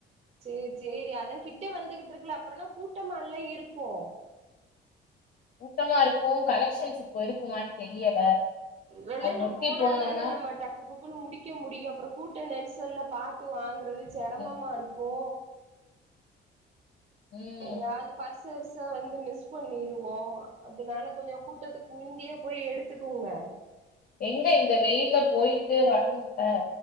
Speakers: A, on the right; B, on the left.
A: சேர் சேரி அதா கிட்ட வந்துகிட்ருக்குல அப்றனா கூட்டமால்லா இருக்கு
B: ஊட்டமா இருக்கு கலெக்ஷன்ஸ் இப்போ இருக்குமானு தெரியல
A: வெள்ளன்ன
B: அது ஒட்டி
A: போனா
B: போனோம்னா
A: தான நம்ம டக்கு போக்குன்னு முடிக்க முடியு அப்ற கூட்ட நெரிச சொல்ல பாத்து வாங்குறது செரமமா
B: ம்
A: இருக்கு
B: ம்,
A: எதாவ்து பர்ஸ் சருசா வந்து மிஸ் பண்ணிருவோ அதனால கொஞ்ச கூட்டத்துக்கு முந்தியே போய் எடுத்துக்கோங்க
B: எங்க இந்த வெயில போயிட்டு வருனும்ல